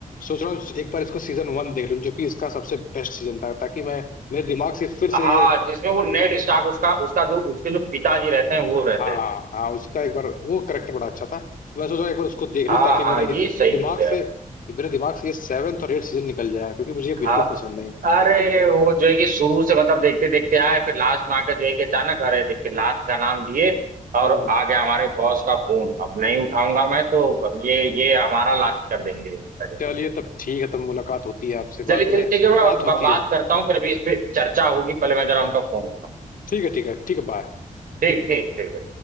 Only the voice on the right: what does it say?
हाँ
जिसमें वो नेड स्टार्क उसका उसका जो उसके जो पिताजी रहते हैं वो
रहते हैं
हाँ
हाँ
ये सही
बोले
आप।
हाँ
अरे वो जो है कि शुरू से मतलब देखते देखते आए फिर लास्ट में आकर जो है कि अचानक अरे देखिए लास्ट का नाम दिए और
आ गया हमारे बॉस का फोन अब नहीं उठाऊंगा मैं तो अब ये ये हमारा लास्ट कर देंगे अरे
चलिए
चलिए
ठीक है मैं
ब- बात
करता हूँ फिर अभी इस पे चर्चा होगी पहले मैं जरा उनका फोन उठाऊँ
ठीक ठीक ठीक